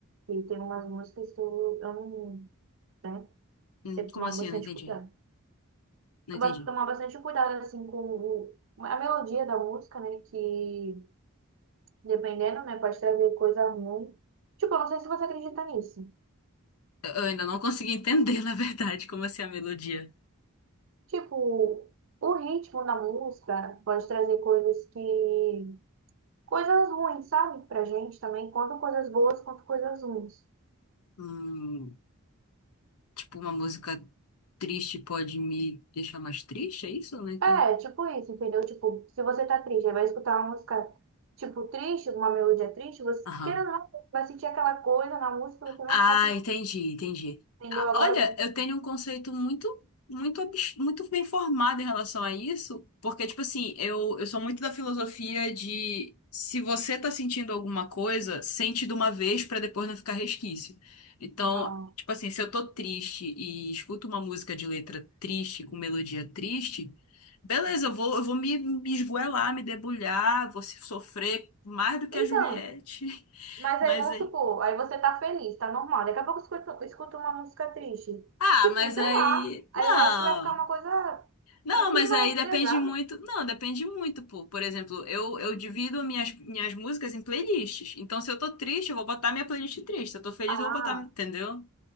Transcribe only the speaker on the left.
Hum,
Como
assim?
Eu não entendi.
Não
entendi.
Eu eu ainda não consegui entender, <laughs> na verdade, como assim a melodia.
Hum. Tipo, uma música triste pode me deixar mais triste, é isso? né?
Ah, Aham.
Ah,
entendi, entendi.
Ah,
Olha, eu tenho um conceito muito, muito, abs- muito bem formado em relação a isso, porque, tipo assim, eu, eu sou muito da filosofia de se você tá sentindo alguma coisa, sente de uma vez pra depois não ficar resquício. Então,
tipo assim, se eu tô triste e escuto uma música de letra triste, com melodia triste, beleza, eu vou, eu vou me, me esgoelar, me debulhar, vou se- sofrer mais do que
a Juliette. <laughs>
Mas
aí.
Ah,
mas
aí.
Não.
Não,
mas aí depende
muito. Não, depende muito, pô. Por exemplo, eu, eu divido minhas, minhas músicas em playlists. Então, se eu tô triste, eu vou botar minha playlist triste. Se eu tô feliz,
eu vou botar. Entendeu?